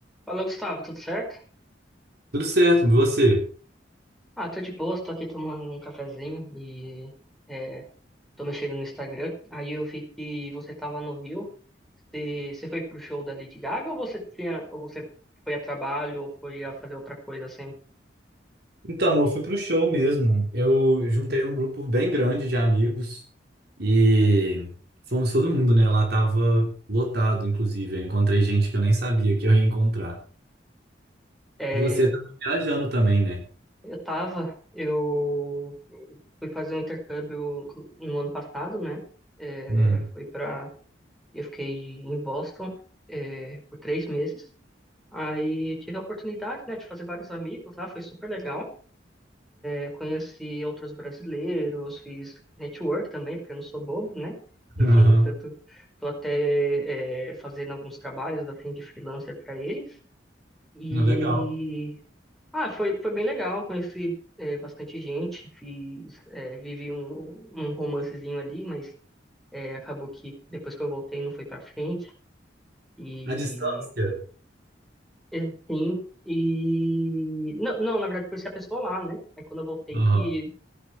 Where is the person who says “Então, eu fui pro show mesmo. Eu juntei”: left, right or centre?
Right